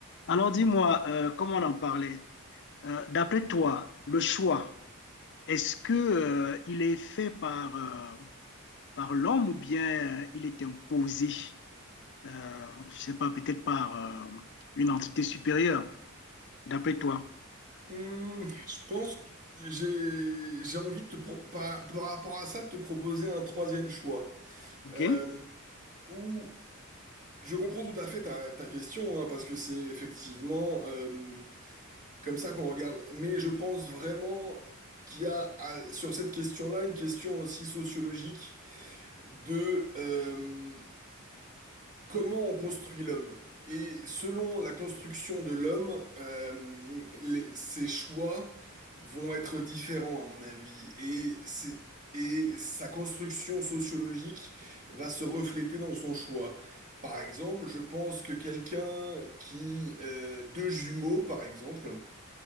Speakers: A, on the left; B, on the right.
A: Alors dis-moi, euh, comme on en parlait, euh, d'après toi, le choix, est-ce que euh, il est fait par, euh, par l'homme ou bien euh, il est imposé, euh, je sais pas, peut-être par euh, une entité supérieure, d'après toi,
B: Hum, je pense que j'ai j'ai envie de te pro- par, par rapport à ça de te proposer un troisième choix
A: ok?
B: Euh, où je comprends tout à fait ta, ta question hein, parce que c'est effectivement euh, comme ça qu'on regarde mais je pense vraiment qu'il y a à- sur cette question-là une question aussi sociologique de euh, Comment on construit l'homme? Et selon la construction de l'homme, euh, les- ses choix vont être différents, à mon avis. Et, c'est- et sa construction sociologique va se refléter dans son choix. Par exemple, je pense que quelqu'un qui... euh, deux jumeaux, par exemple,